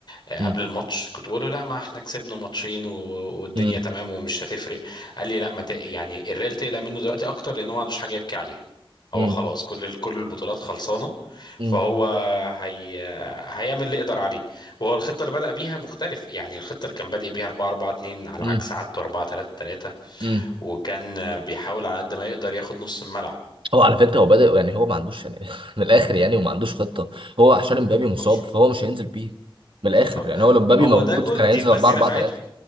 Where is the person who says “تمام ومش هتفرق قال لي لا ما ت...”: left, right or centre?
Left